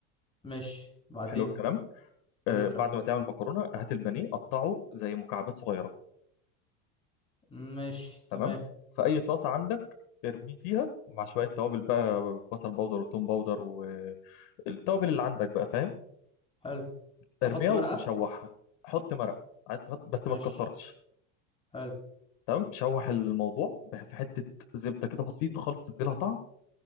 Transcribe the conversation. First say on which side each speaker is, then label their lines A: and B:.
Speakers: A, on the left; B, on the left.
A: ماشي بعدين
B: حلو الكلام
A: حلو
B: آه
A: الكلام
B: بعد ما تعمل مكرونه هات البانيه قطعه زي مكعبات صغيره
A: ماشي تمام
B: تمام في اي طاسه عندك ارميه فيها مع شويه توابل بقى بصل باودر وتوم باودر والتوابل اللي عندك بقى فاهم
A: حلو
B: ارميها
A: احط مرقه
B: وشوحها حط مرقه عايز تحط بس ما
A: ماشي
B: تكترش
A: حلو
B: تمام شوح الموضوع بح- في حته زبده كده بسيطه خالص تديلها طعم